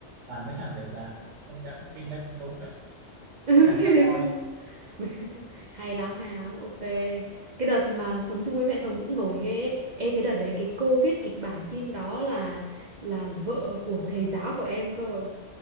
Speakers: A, on the right; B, on the right.
A: toàn mấy thằng tiểu dạ công nhận phim đấy cũng đúng đấy
B: Ừ,
A: mấy thằng sad
B: phim đấy
A: boy
B: cũng đúng Mình không chấp- hay lắm hay lắm ok cái đợt mà sống chung với mẹ chồng cũng nổi ghê ấy. Ê cái đợt đấy cái cô viết kịch bản phim đó là là vợ của thầy giáo của em cơ